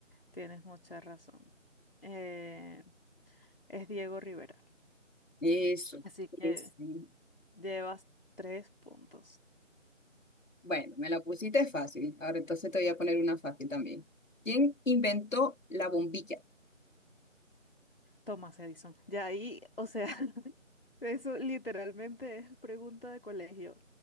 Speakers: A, on the left; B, on the left.
A: tienes mucha razón. Eh, es Diego Rivera.
B: Eso.
A: Así que
B: es. mm,
A: llevas tres puntos.
B: Bueno, me la pusiste fácil. Ahora entonces te voy a poner una fácil también. ¿Quién inventó la bombilla?
A: Tomás Edison. Ya ahí, o sea, <laughs> eso literalmente es pregunta de colegio.